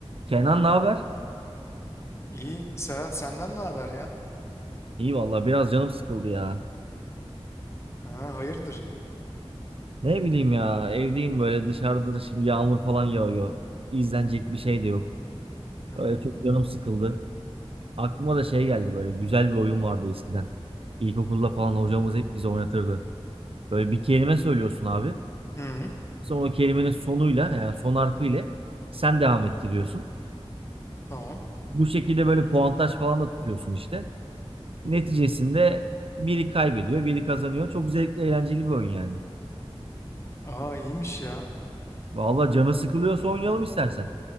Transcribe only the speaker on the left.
İyi. Serhat senden ne haber ya?
Ha, hayırdır?
Hı
hı.
Hı hı.
Tamam.
Aa iyiymiş ya.